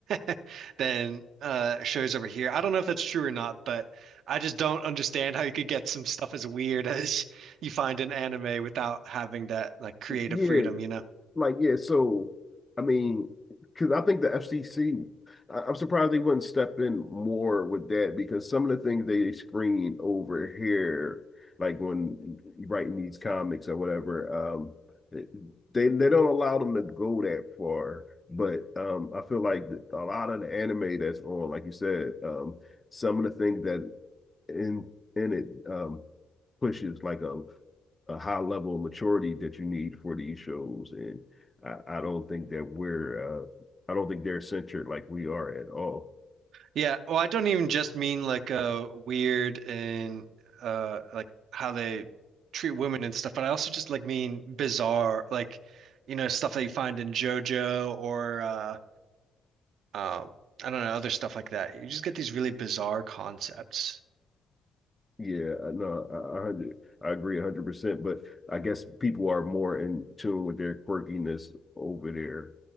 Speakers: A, on the right; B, on the left.
A: <laughs> than uh, shows over here. I don't know if that's true or not, but I just don't understand how you could get some stuff as weird <laughs> as you find in anime without having that like creative
B: yeah,
A: freedom, you know?
B: Like, yeah, so I mean, because I think the FCC, I, am surprised they wouldn't step in more with that because some of the things they screen over here, like when writing these comics or whatever, um, they they don't allow them to go that far. But um, I feel like a lot of the anime that's on, like you said, um, some of the things that in in it um, pushes like a a high level of maturity that you need for these shows. And I, I don't think that we're uh, I don't think they're censored like we are at all.
A: Yeah, well, I don't even just mean like uh weird and uh like how they treat women and stuff, but I also just like mean bizarre, like you know stuff that you find in JoJo or uh um I don't know other stuff like that. You just get these really bizarre concepts.
B: Yeah, uh, no, I, I, hundred- I agree one hundred percent. But I guess people are more in tune with their quirkiness over there.